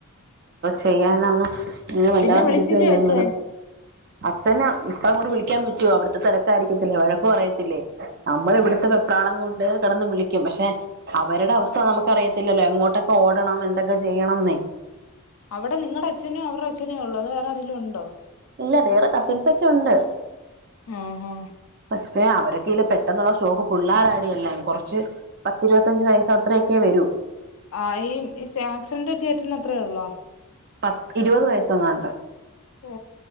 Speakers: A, on the right (about 45°); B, on the left (about 75°).
A: ചെയ്യാനാമ അങ്ങനെ വല്ലാതിരിക്കുവ
B: പിന്നെ വിളിച്ചില്ലേ
A: ഞങ്ങള്
B: അച്ഛൻ
A: അച്ഛന ഇപ്പ അങ്ങോ വിളി വിളിക്കാൻ പറ്റുവോ അവിടുത്തെ തിരക്കാ ആരിക്കത്തില്ലേവഴക്ക് പറയത്തില്ലേ നമ്മള് ഇവിടത്തെ
B: ഉം
A: വെപ്രാളം കൊണ്ട് കെടന്ന് വിളി ക്കും പക്ഷെ അവരുടെ അവസ്ഥ നമുക്കറിയ ത്തില്ലല്ലോ എങ്ങോട്ടൊക്കെ ഓടണം എന്തൊക്കെ ചെയ്യണംന്ന്
B: അവടെ നിങ്ങടെ അച്ഛനും അവരുടെ അച്ഛനും ഉള്ളത് വേറൊരെങ്കിലും ഉണ്ടോ
A: ഇല്ല വേറെ കസിൻസൊക്കെ ഉണ്ട്
B: ആ ഹാ
A: പക്ഷെ അവരൊക്കെ ഇല് പെട്ടെന്നുള്ള ഷോക്ക് പിള്ളോരാടിയല്ലാം കുറച്ച് പത്തിരുപത്തഞ്ച്‌ വയസ്സ് അത്രയൊക്കെ വരൂ
B: ആ ഈ ഇചേ ആക്സിഡന്റ് പറ്റിയ യേട്ടന് അത്രയോള്ളോ
A: പത്ത് ഇരുപത് വയസ്സെങ്ങാണ്ട്
B: ഓ